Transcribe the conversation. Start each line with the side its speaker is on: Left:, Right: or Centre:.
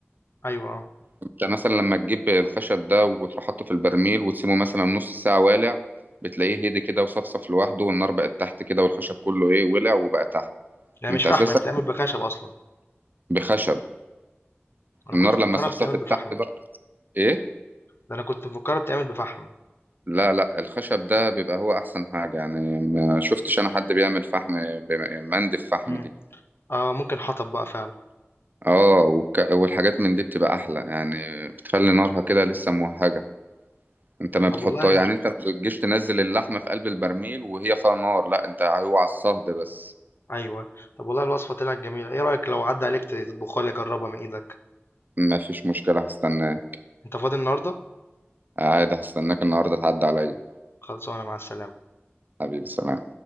Left: أيوه آه،
Right: انت مثلا لما تجيب الخشب ده وتروح حاطه في البرميل وتسيبه مثلا نص ساعة والع بتلاقيه هدي كده وصفصف لوحده والنار بقت تحت كده والخشب كله ايه ولع وبقى تحت
Left: هي
Right: انت
Left: مش فحم،
Right: أساسا
Left: هي بتتعمل بخشب أصلًا،
Right: بخشب
Left: أنا
Right: النار
Left: كنت مفكّرها
Right: لما صفصفت
Left: بتتعمل بفحم،
Right: تحت بقى ايه
Left: ده أنا كنت مفكّرها بتتعمل بفحم،
Right: لا لا الخشب ده بيبقى هو أحسن حاجة يعني ما شفتش أنا حد بيعمل فحم بم- مندف فحم
Left: إمم،
Right: دي
Left: آه ممكن حطب بقى فعلًا،
Right: اه والك- والحاجات من دي بتبقى احلى يعني بتخلي نارها
Left: إمم،
Right: كده لسه موهجه انت ما
Left: طب
Right: بتحطها
Left: والله
Right: يعني انت ما بتجيش تنزل اللحمه في قلب البرميل وهي فيها نار لا انت هو على الصهد بس
Left: أيوه، طب والله الوصفة طلعت جميلة، إيه رأيك لو عدّى عليك ت تطبخها لي أجرّبها من إيدك؟
Right: ما فيش مشكله هستناه
Left: أنت فاضي النهارده؟
Right: عادي هستناك النهارده تعدي عليا
Left: خلصانة، مع السلامة.
Right: حبيبي سلام